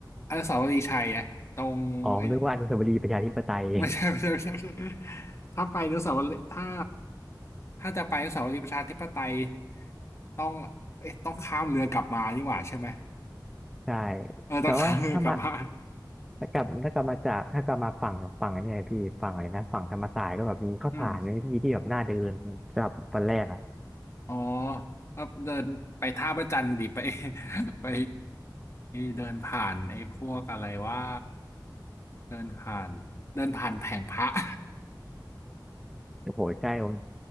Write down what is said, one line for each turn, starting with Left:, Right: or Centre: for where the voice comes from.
Left: อนุสาวรีย์ชัยอะตรงไอ้
Centre: อ๋อผมนึกว่าอนุสาวรีย์ประชาธิปไตย
Left: ไม่ใช่ไม่ใช่ไม่ใช่ไม่ใช่
Centre: <laughs>
Left: ถ้าไปอนุสาวรีย์ถ้าถ้าจะไปอนุสาวรีย์ประชาธิปไตยต้องเอ๊ะต้องข้ามเรือกลับมานี่หว่าใช่ไหม
Centre: ใช่
Left: เออต้องข้ามเรือกลับมา
Centre: แต่ว่าถ้ามาถ้ากลับถ้ากลับมาจากถ้ากลับมาฝั่งฝั่งเนี่ยพี่ฝั่งอะไรนะฝั่งธรรมศาสตร์ก็แบบมีข้าวสารมีพี่ที่แบบน่าเดินสำหรับวันแรกอ่ะ
Left: อืมอ๋อแล้วเดินไปท่าพระจันทร์ดิไป <laughs> ไปเดินผ่านไอ้พวกอะไรว่าเดินผ่านเดินผ่านแผงพระ <laughs>
Centre: โอ้โหใช่ผม